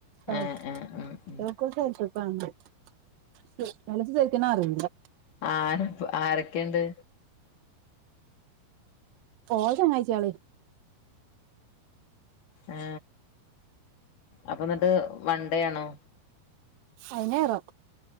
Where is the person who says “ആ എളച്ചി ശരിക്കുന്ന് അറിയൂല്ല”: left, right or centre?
Right